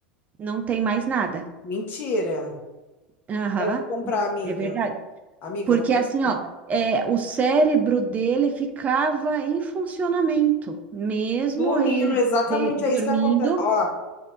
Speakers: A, on the right; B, on the left.
A: não tem mais nada.
B: Mentira.
A: Aham,
B: Eu vou comprar, amiga.
A: é verdade.
B: Amiga,
A: Porque
B: eu vou comprar.
A: assim, ó, é, o cérebro dele ficava em funcionamento, mesmo
B: Dormindo,
A: ele
B: exatamente
A: de-
B: é isso
A: dormindo.
B: que acontece. Ó,